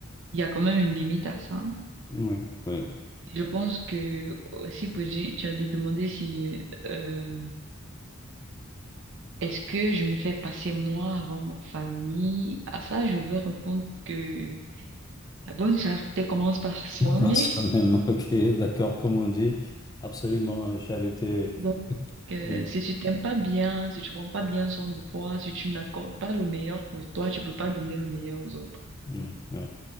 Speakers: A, on the right; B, on the left.
A: il y a quand même une limite à ça.
B: oui, oui.
A: Je pense que aussi, Pooji, tu as demandé si euh, est-ce que je me fais passer moi avant ma famille? À ça, je veux répondre que la bonne charité commence par <laughs> soi-même.
B: À soi-même, <laughs> ok, d'accord, comme on dit, absolument, euh, charité.
A: Donc, euh,
B: Oui,
A: si tu t'aimes pas bien, si tu prends pas bien soin de toi, si tu n'accordes pas le meilleur pour toi, tu peux pas donner le meilleur aux autres.
B: oui, oui.